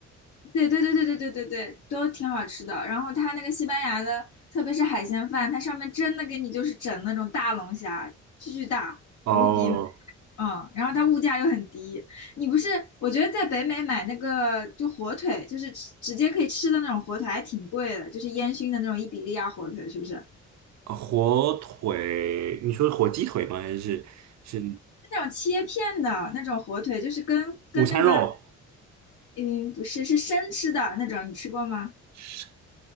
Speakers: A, on the left (about 80°); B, on the right (about 65°).
A: 对对对对对对对对，都挺好吃的。然后它那个西班牙的，特别是海鲜饭，它上面真的给你就是整那种大龙虾，巨大无比美
B: 哦，
A: 嗯。然后它物价又很低，你不是？我觉得在北美买那个就火腿，就是吃直接可以吃的那种火腿，还挺贵的，就是烟熏的那种伊比利亚火腿，是不是？
B: 呃火腿，你说火鸡腿吗？还是是
A: 那种切片的那种火腿，就是跟跟那个
B: 午餐肉？
A: 嗯不是是生吃的那种，你吃过吗？
B: 是